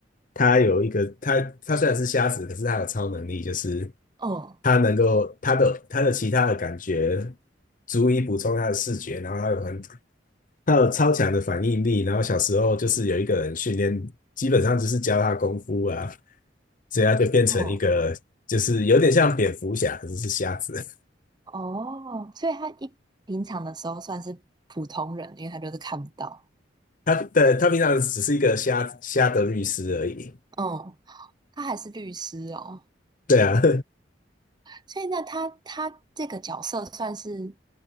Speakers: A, on the left; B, on the right.
A: 他有一个，他他虽然是瞎子，可是他有超能力，就是
B: 嗯
A: 他能够他的他的其他的感觉足以补充他的视觉，然后他有很他有超强的反应力，然后小时候就是有一个人训练，基本上就是教他功夫啊，所以他就变成一个，
B: 嗯，
A: 就是有点像蝙蝠侠，可是是瞎子。<laughs>
B: 哦，所以他一平常的时候算是普通人，因为他就是看不到。
A: 他的他平常只是一个瞎瞎的律师而已。
B: 嗯，他还是律师哦，
A: 对啊，
B: 所以那他他这个角色算是